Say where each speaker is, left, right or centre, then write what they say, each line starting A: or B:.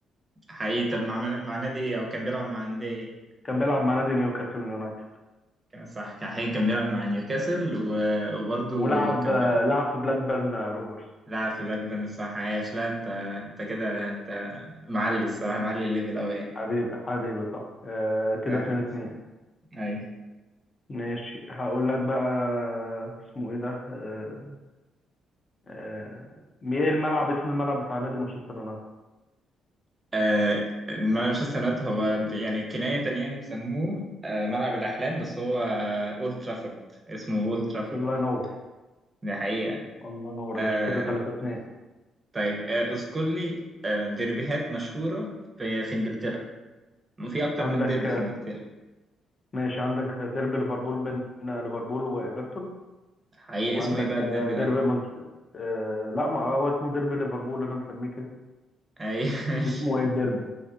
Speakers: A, on the right; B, on the left.
A: حقيقي طب مع مع نادي ايه او كان بيلعب مع نادي ايه
B: كان بيلعب مع نادي نيوكاسل يونايتد
A: كان صح كان حقيقي كان بيلعب مع نيوكاسل و- وبرضه
B: ولعب
A: كان بيلعب
B: لعب في بلاك بيرن روفرز
A: لعب في بلاكبيرن صح عايش لا انت انت كده انت معلي الصراحه معلي الليفل قوي يعني
B: حبيبي حبيبي صح آه
A: <laughs>
B: كده
A: صح.
B: 2-2
A: صح. ايوه
B: ماشي هقول لك بقى اسمه ايه ده آه آه، ايه الملعب اسم الملعب بتاع نادي مانشستر يونايتد
A: آه مانشستر يونايتد هو ب- يعني كناية تانية يعني بيسموه آه ملعب الأحلام بس هو أولد ترافورد اسمه أولد ترافورد
B: الله ينور
A: دي حقيقة
B: الله ينور يا
A: آه
B: باشا كده 3 2
A: طيب آه اذكر لي آه ديربيهات مشهورة في في انجلترا في اكتر
B: عندك
A: من ديربي
B: آه،
A: في انجلترا
B: ماشي عندك ديربي ليفربول بين آه، ليفربول وايفرتون
A: حقيقة
B: وعندك
A: اسمه ايه بقى الديربي
B: آه، ديربي
A: ده؟
B: منش... آه لا ما هو اسمه ديربي ليفربول انا مسميه كده
A: اي <laughs> ماشي
B: اسمه ايه الديربي